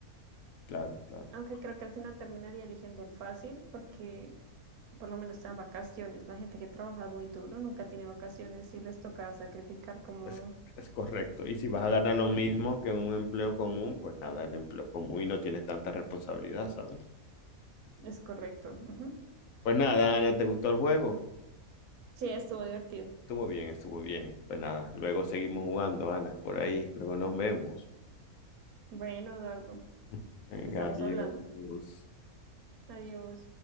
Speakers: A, on the left; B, on the right.
A: Claro, claro.
B: Aunque creo que al final terminaría eligiendo el fácil porque por lo menos están vacaciones. La gente que trabaja muy duro nunca tiene vacaciones y les toca sacrificar como
A: Es, es correcto. Y si vas a ganar lo mismo que un empleo común, pues nada, el empleo común y no tienes tanta responsabilidad, ¿sabes?
B: es correcto. Ujú.
A: Pues nada, Ana, ¿te gustó el juego?
B: Sí, estuvo divertido.
A: Estuvo bien, estuvo bien. Pues nada, luego seguimos jugando, Ana, por ahí. Luego nos vemos.
B: Bueno, Eduardo.
A: <laughs> Venga,
B: Estamos
A: adiós.
B: hablando. Adiós.